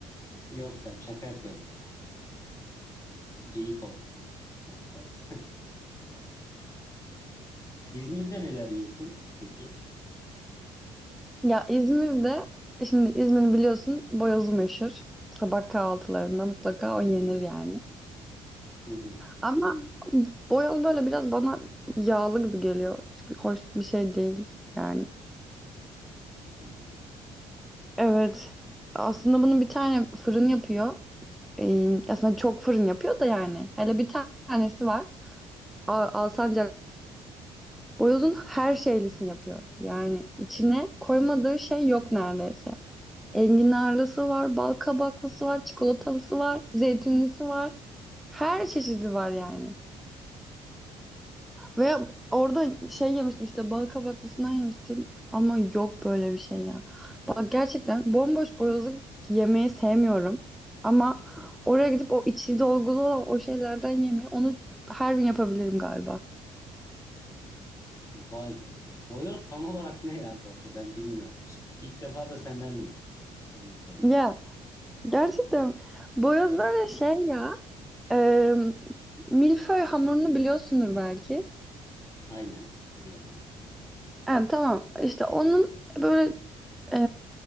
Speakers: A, on the left (about 20°); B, in the centre.
A: Yok canım şaka yapıyorum ya. Geyik olsun maksat. <laughs> İzmir'de neler yiyorsun peki?
B: Ya İzmir'de, e, şimdi İzmir'i biliyorsun boyozu meşhur. Sabah kahvaltılarında mutlaka o yenir yani.
A: Hı hı,
B: Ama boyoz böyle biraz bana yağlı gibi geliyor. Çünkü hoş bir şey değil yani.
A: hı hı,
B: Evet. Aslında bunun bir tane fırın yapıyor. Ee, aslında çok fırın yapıyor da yani. Hele bir tanesi var. A- Alsancak. Boyozun her şeylisini yapıyor. Yani içine koymadığı şey yok neredeyse. Enginarlısı var, bal kabaklısı var, çikolatalısı var, zeytinlisi var. Her çeşidi var yani. Ve orada şey yemiştim işte bal kabaklısından yemiştim ama yok böyle bir şey ya. Bak gerçekten bomboş boyozluk yemeyi sevmiyorum. Ama
A: hı hı.
B: oraya gidip o içi dolgulu olan o şeylerden yemeyi onu her gün yapabilirim galiba.
A: Vay be. Bu Boyoz tam olarak ne ya bu arada ben bilmiyorum. Hiç, ilk defa da senden duydum. Öyle söyleyeyim.
B: Ya gerçekten boyoz
A: Evet
B: böyle şey ya e, milföy hamurunu biliyorsundur belki.
A: aynen biliyorum.
B: Yani tamam işte onun böyle e,